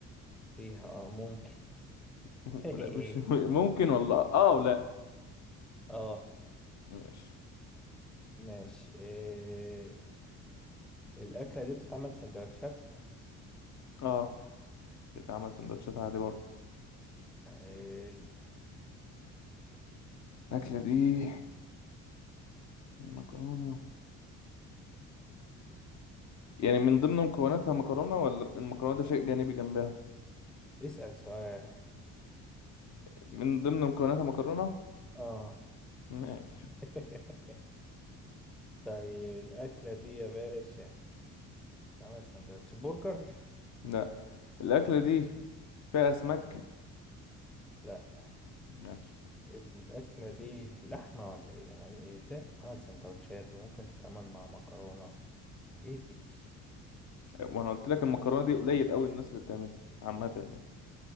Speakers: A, in the centre; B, on the left (about 45°).
A: فيها اه ممكن
B: <laughs>
A: <laughs>
B: لا مش ممكن والله اه ولا
A: اه
B: ماشي
A: ماشي إيه الأكلة دي بتتعمل سندوتشات
B: اه بتعمل سندوتشات عادي برضه
A: حلو
B: الأكلة دي مكرونة يعني من ضمن مكوناتها مكرونة ولا بت- المكرونة ده شيء جانبي جنبها
A: اسأل سؤال
B: من ضمن مكوناتها مكرونة
A: اه
B: ماشي
A: <laughs> طيب الأكلة دي يا باشا تعمل سندوتش برجر؟
B: لا الأكلة دي فيها أسماك
A: لا
B: ماشي
A: الأكلة دي لحمة ولا ايه؟ يعني ازاي تتعمل سندوتشات وممكن تتعمل مع مكرونة؟ ايه دي؟
B: وانا قلت لك المكرونة دي قليل قوي الناس اللي بتعملها عامة يعني